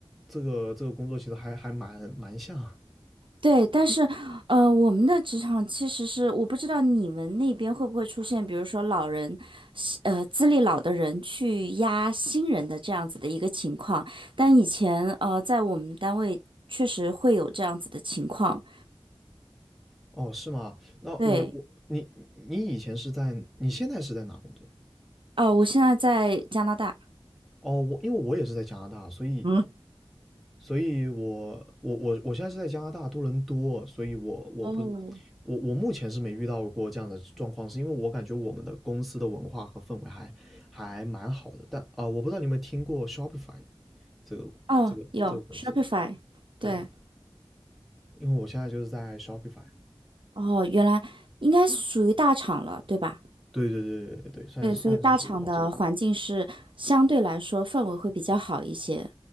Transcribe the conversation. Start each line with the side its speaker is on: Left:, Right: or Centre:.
Centre: 这个这个工作其实还还蛮蛮像。
Right: 对，但是，呃，我们的职场其实是我不知道你们那边会不会出现，比如说老人，西呃，资历老的人去压新人的这样子的一个情况。但以前，呃，在我们单位确实会有这样子的情况。
Centre: 哦，是吗？那我我你你以前是在你现在是在哪工作？
Right: 对，哦、我现在在加拿大。
Centre: 哦，我因为我也是在加拿大，所以
Right: 嗯，
Centre: 所以我我我我现在是在加拿大多伦多，所以我我不
Right: 哦，
Centre: 我我目前是没遇到过这样的状况，是因为我感觉我们的公司的文化和氛围还还蛮好的。但啊、呃我不知道你有没有听过 Shopify 这个这个这个公司？
Right: 哦，有 Shopify，
Centre: 对。
Right: 对，
Centre: 因为我现在就是在 Shopify，
Right: 哦，原来应该属于大厂了，对吧？
Centre: 对对对对对对，算算是属于大厂。
Right: 对，所以大厂的环境是相对来说氛围会比较好一些。